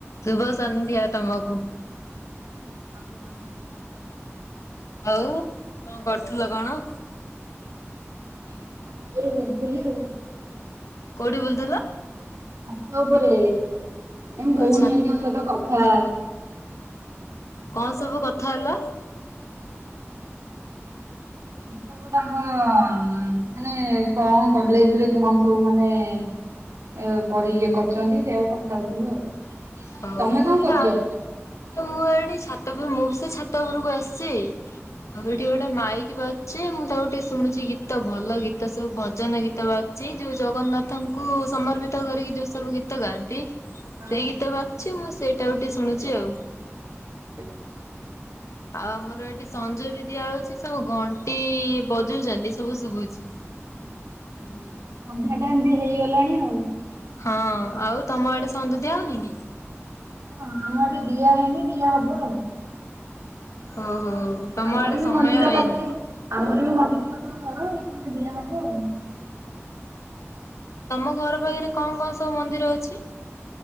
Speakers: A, on the left; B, on the right.
A: ଶୁଭ ସନ୍ଧ୍ୟା ତମକୁ।
B: ହଁ ଶୁଭ ସନ୍ଧ୍ୟା।
A: ଆଉ କଣ କରୁଥିଲ କଣ?
B: ଏଇ ପୁଟିକରେ ବୁଲୁଥିଲି ଆଉ।
A: କୋଉଠି ବୁଲୁଥିଲ?
B: ଛାତ ଉପରେ, ମୋ ଭଉଣୀ
A: ଓ ଛା
B: ହେରିକାଙ୍କ ସହିତ କଥା
A: କଣ ସବୁ କଥା ହେଲ?
B: ଏଇ ସବୁ ତାଙ୍କ ମାନେ କଣ କଲେଜରେ କଣ ସବୁ ମାନେ ଏ କରି ଇଏ ଅଛନ୍ତି ସେୟାକୁ କଥା ହଉଥିଲୁ ଆଉ।
A: ହଉ
B: ତମେ କଣ କରୁଚ?
A: ଆ ମୁଁ ଏଇଠି ଛାତ ଉପରେ ମୁଁ ବି ସେଇ ଛାତ ଉପୁରକୁ ଆସିଚି। ଆଉ ଏଠି ଗୋଟେ ମାଇକ ବାଜଚି ମୁଁ ତାକୁ ଟିକେ ଶୁଣୁଚି, ଗୀତ ଭଲ ଗୀତ ସବୁ ଭଜନ ଗୀତ ବାଜୁଚି ଚି, ଯୋଉ ଜଗନ୍ନାଥଙ୍କୁ ସମର୍ପିତ କରିକି ଯୋଉ ସବୁ ଗୀତ ଗୀତ ଗାଆନ୍ତି
B: ହଁ
A: ସେଇ
B: ହଁ
A: ଗୀତ ବାଜୁଚି। ମୁଁ ସେଇଟାକୁ ଟିକେ ଶୁଣୁଛି ଆଉ।
B: ବଢିଆ।
A: ଆଉ ଆମର ଏଠି ସଞ୍ଜ ବି ଦିଆହଉଚି, ସବୁ ଘଣ୍ଟି ବଜଉଚନ୍ତି ସବୁ ଶୁଭୁଛି। ଁ
B: ହୁଁ ସନ୍ଧ୍ୟା ଟାଇମ ବି ହେଇଗଲାଣି ଆଉ।
A: ହଁ ଆଉ ତମ ଆଡେ ସଞ୍ଜ ଦିଆ ହଉନି କି?
B: ହଁ ଆମ ଆଡେ ଦିଆ ହେଇନି ଦିଆ ହବ ଆଉ।
A: ଓହୋ। ତମ
B: ଆମର
A: ଆଡେ
B: ବି
A: ସମୟ
B: ମନ୍ଦିର
A: ହେଇନି।
B: ପାଖରେ ଆମର ବି ମନ୍ଦିର ପାଖ ପାଖରେ ଘର <unintelligible> ଦିଆ ହବ ଆଉ।
A: ତମ ଘର ପାଖରେ କଣ କଣ ସବୁ ମନ୍ଦିର ଅଛି?